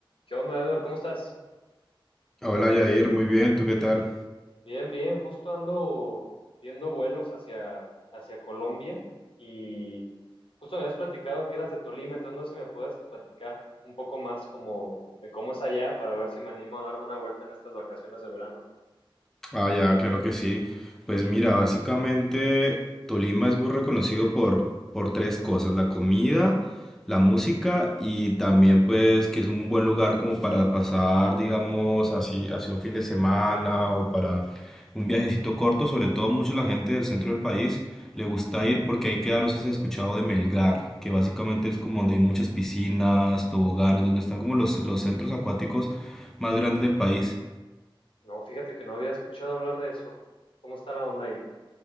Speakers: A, on the left (about 80°); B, in the centre.
A: ¿Qué onda, Edward? ¿Cómo estás?
B: Hola Yair, muy bien, ¿tú qué tal?
A: Bien, bien. Justo ando viendo vuelos hacia, hacia Colombia y justo me habías platicado que eras de Tolima, entonces no sé si me puedes platicar un poco más como de cómo es allá para ver si me animo a darme una vuelta en estas vacaciones de verano.
B: Ah, ya, claro que sí. Pues mira, básicamente Tolima es muy reconocido por, por tres cosas, la comida, la música y también pues que es un buen lugar como para pasar, digamos, así, así un fin de semana o para un viajecito corto, sobre todo mucho la gente del centro del país le gusta ir porque ahí queda, no sé si has escuchado de Melgar, que básicamente es como donde hay muchas piscinas, toboganes, donde están como los, los centros acuáticos más grandes del país.
A: No, fíjate que no había escuchado hablar de eso. ¿Cómo está la onda ahí?